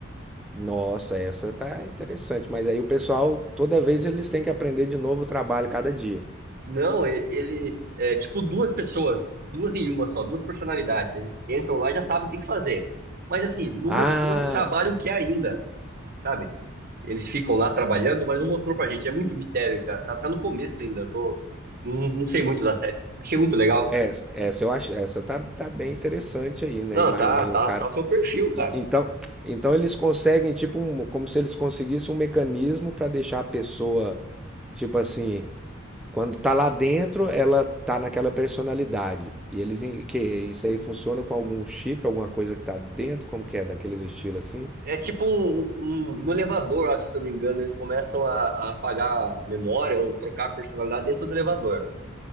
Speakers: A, in the centre; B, on the right.
A: Nossa, essa tá interessante. Mas aí o pessoal, toda vez eles têm que aprender de novo o trabalho cada dia.
B: Não, e- eles, é tipo duas pessoas, duas em uma só, duas personalidades. Eles entram lá e já sabem o que tem que fazer. Mas, assim, não
A: Ah,
B: mostrou que trabalho que é ainda, sabe? Eles ficam lá trabalhando, mas não mostrou pra gente. É muito mistério, cara. Tá, tá no começo ainda. Eu tô. Não, não sei muito da série. Achei muito legal, cara.
A: Essa, essa eu acho, essa tá, tá bem interessante aí, né?
B: Não,
A: Imagina
B: tá, tá,
A: o cara.
B: tá o seu perfil, cara.
A: E- Então, então eles conseguem, tipo, um- como se eles conseguissem um mecanismo para deixar a pessoa, tipo assim, quando tá lá dentro, ela tá naquela personalidade. E eles, em- que isso aí funciona com algum chip, alguma coisa que tá dentro, como que é, daqueles estilos assim?
B: É tipo um, um, no elevador, acho, se eu não me engano, eles começam a, a apagar a memória ou trocar a personalidade dentro do elevador,